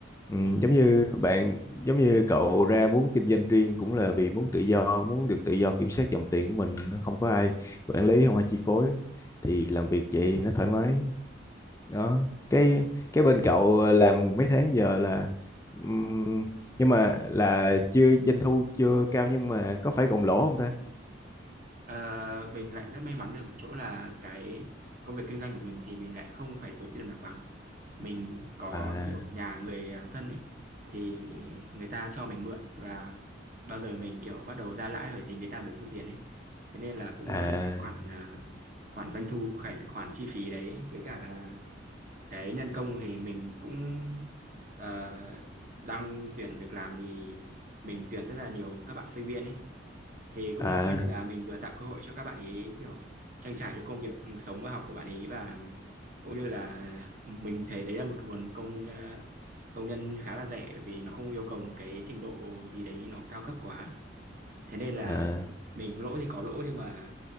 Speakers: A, on the left; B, on the right.
A: Ừm,
B: Ừ.
A: giống như bạn giống như cậu ra muốn kinh doanh riêng cũng là vì muốn tự do muốn được tự do kiểm soát dòng tiền của mình nó không có ai quản lý không ai chi phối thì làm việc vậy thì nó thoải mái đó cái cái bên cậu làm mấy tháng giờ là ừm, nhưng mà là chưa doanh thu chưa cao nhưng mà có phải gồng lỗ không ta
B: Ờ, mình lại rất may mắn được một chỗ là cái công việc kinh doanh của mình thì mình lại không phải tốn tiền mặt bằng. Mình có
A: à
B: kiểu nhà người à, thân ấy thì người ta cho mình mượn và bao giờ mình kiểu bắt đầu ra lãi rồi thì người ta mới thu tiền ấy. Thế nên là cũng
A: à
B: đỡ được cái khoản à, khoản doanh thu khoản khoản chi phí đấy với cả là cái nhân công thì mình cũng ờ, đang tuyển việc làm thì mình tuyển rất là nhiều các bạn sinh viên ấy thì cũng
A: à
B: coi như là mình vừa tạo cơ hội cho các bạn ấy kiểu trang trải cho công việc ừ, sống và học của bạn ấy và cũng như là <laughs> mình thấy đấy là một nguồn công ờ, công nhân khá là rẻ bởi vì nó không yêu cầu một cái trình độ gì đấy nó cao cấp quá thế nên là
A: à
B: mình lỗ thì có lỗ nhưng mà